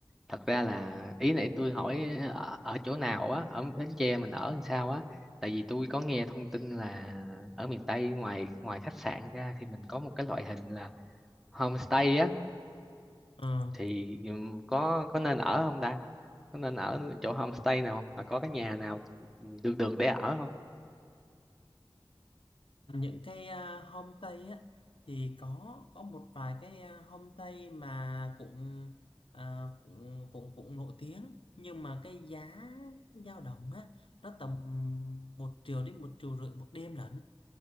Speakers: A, in the centre; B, on the left.
A: thật ra là ý nãy tôi hỏi ở, ở chỗ nào á ở Bến Tre mình ở làm sao á tại vì tôi có nghe thông tin là ở miền Tây ngoài ngoài khách sạn ra thì mình có một cái loại hình là homestay á
B: Ờ.
A: thì ừm, có có nên ở không ta có nên ở chỗ homestay nào không và có cái nhà nào được được để ở không
B: những cái à, homestay á thì có có một vài cái à, homestay mà cũng à, cũng cũng cũng nổi tiếng nhưng mà cái giá dao động á nó tầm một triệu đến một triệu rưỡi một đêm lận